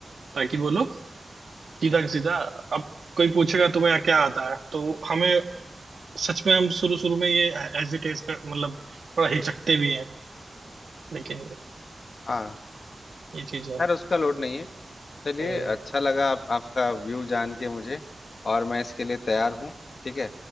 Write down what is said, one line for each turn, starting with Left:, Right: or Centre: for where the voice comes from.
Right: ताकि वो लोग सीधा सीधा अब कोई पूछेगा तुम्हें क्या आता है तो हमें सच में हम शुरू शुरू में ये हेजिटेट कर मतलब थोड़ा हिचकते भी हैं लेकिन
Left: हाँ
Right: ये चीजें हैं
Left: खैर उसका लोड नहीं है चलिए
Right: तो
Left: अच्छा लगा आप, आपका व्यू जान के मुझे और मैं इसके लिए तैयार हूँ ठीक है